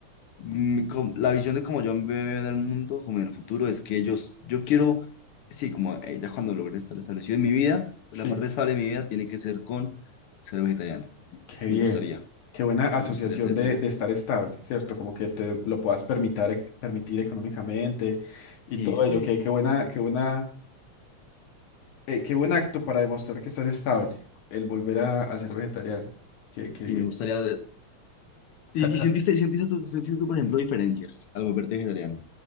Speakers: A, on the left; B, on the left.
A: mi- com- la visión de cómo yo veo en el mundo, como en el futuro, es que yo, yo quiero, sí, como eh, ya cuando logre estar establecido en mi vida,
B: sí.
A: pues, la parte estable de mi vida tiene que ser con ser vegetariano.
B: Qué
A: Me
B: bien.
A: gustaría,
B: Qué buena asociación
A: me gustaría hacerlo.
B: de, de estar estable, ¿cierto? Como que te lo puedas permitir, permitir económicamente y
A: sí
B: todo
A: sí,
B: ello. Qué, qué buena, qué buena, eh, qué buen acto para demostrar que estás estable, el volver a, a ser vegetariano. Qué, qué bien.
A: y me gustaría...
B: Sa-
A: ¿Y,
B: sa-
A: y sentiste, sentiste tú, sentiste tú, por ejemplo, diferencias al volverte vegetariano?